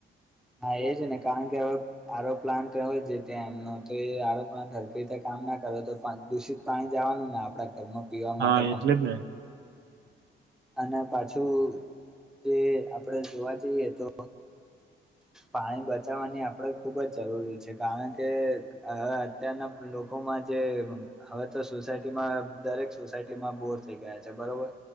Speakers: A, in the centre; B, on the right.
A: હા એ છે ને કારણ કે હવે આરો પ્લાન્ટ હોય ત્યાં એમનો તો એ આરો પ્લાન્ટ હરખી રીતે કામ ના ના કરે તો દૂષિત પાણી જ આવવાનું ને આપણા ઘરમાં પીવા
B: હા
A: માટે પણ
B: એટલે જ ને
A: અને પાછું જે આપડે જોવા, જઈએ તો પાણી બચાવવાની આપડે ખુબજ જરૂરી છે, કારણ કે અત્યારના લોકો જે હવે, તો સોસાયટીમાં દરેક સોસાયટીમાં બોર થઈ ગયા છે, બરોબર